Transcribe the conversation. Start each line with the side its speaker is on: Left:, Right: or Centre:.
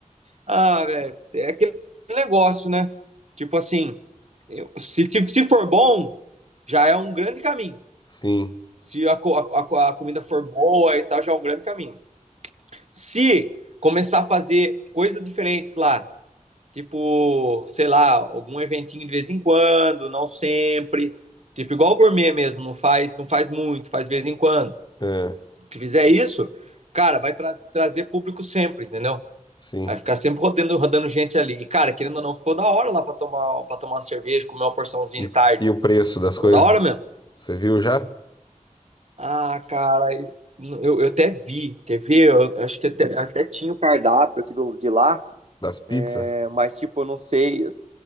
Right: Ah, velho, é aquele negócio, né? Tipo assim, eu- se, se for bom, já é um grande caminho.
Left: Sim.
Right: Se a, a, a- comida for boa e tal, já é um grande caminho. Se começar a fazer coisas diferentes lá, tipo, sei lá, algum eventinho de vez em quando, não sempre, tipo igual o gourmet mesmo, não faz, não faz muito, faz de vez em quando.
Left: É,
Right: Se fizer isso, cara, vai tra- trazer público sempre, entendeu?
Left: sim.
Right: Vai ficar sempre rodando, rodando gente ali. E, cara, querendo ou não, ficou da hora lá pra tomar, para tomar uma cerveja, comer uma porçãozinha
Left: E,
Right: de tarde.
Left: e o preço das
Right: Ficou
Left: coisas?
Right: da hora mesmo.
Left: Você viu já?
Right: Ah, cara, eu, eu até vi, quer ver? Eu, eu acho que até, até tinha o cardápio aqui do, de lá,
Left: Das pizzas?
Right: né? mas tipo, eu não sei.